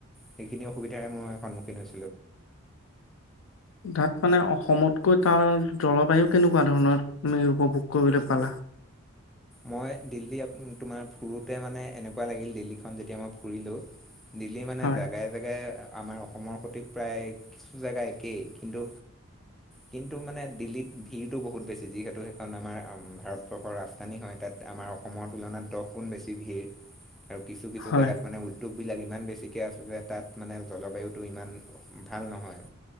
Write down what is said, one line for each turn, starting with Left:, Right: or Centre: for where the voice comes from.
Centre: সেইখিনি অসুবিধাৰে মই সন্মুখীন। <inaudible>
Left: তাত মানে অসমতকৈ তাৰ জলবায়ু কেনেকুৱা ধৰণৰ তুমি উপভোগ কৰিবলৈ পালা।
Centre: মই দিল্লী তোমাৰ ফুৰোতে মানে এনেকুৱা লাগিল দিল্লীখন যেতিয়া মই ফুৰিলো। দিল্লি মানে
Left: হয়
Centre: জোগাই জেগাই। আমাৰ অসমৰ সৈতে প্ৰায় কিছু জোগা একেই কিন্তু। কিন্তু মানে দিল্লীত ভিৰতটো বহুত বেছি যিহেতু সেইখন আমাৰ ভাৰতবৰ্ষৰ ৰা। হয় তাত আমাৰ অসমৰ তুলনাত দহ গুণ বেছি ভিৰ আৰু কিছু কিছু
Left: হয়
Centre: জেগাত মানে উদ্যোগ। বিলাক ইমান বেছিকে আছে যে তাত মানে জলবায়ুতটো ইমান ভাল নহয়।